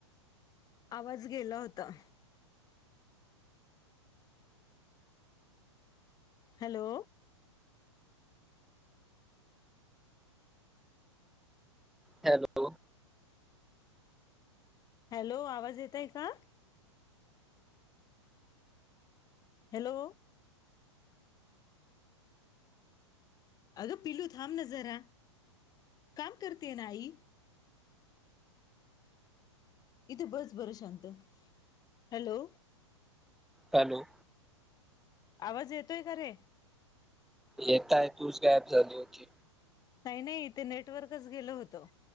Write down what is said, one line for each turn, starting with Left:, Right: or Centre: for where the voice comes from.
Left: आवाज गेला होता हॅलो
Centre: हॅलो
Left: हॅलो आवाज येतय का हॅलो अगं पिलू थम नजरा काम करते ना आई इथ बस बर शांत हॅलो
Centre: हॅलो
Left: आवाज येतोय का रे
Centre: येेतय तूच गायब झाली होती
Left: नाही नाही इथे नेटवर्कच गेल होतं.